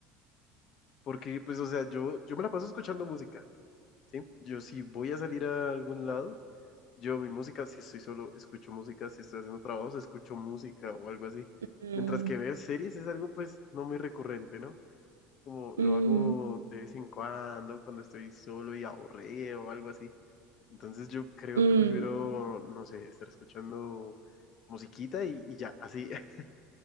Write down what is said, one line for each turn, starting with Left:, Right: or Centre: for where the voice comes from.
Left: porque, pues, o sea, yo, yo me la paso escuchando música. Sí, yo si voy a salir a algún lado, yo mi música, si estoy solo, escucho música, si estoy haciendo trabajos, escucho música o algo así.
Right: Mm,
Left: Mientras que ver series es algo pues no muy recurrente, ¿no? Como
Right: mm,
Left: lo hago de vez en cuando, cuando estoy solo y aburrido o algo así. Entonces yo creo
Right: mm.
Left: que prefiero, no sé, estar escuchando musiquita y, y ya, así, <laughs>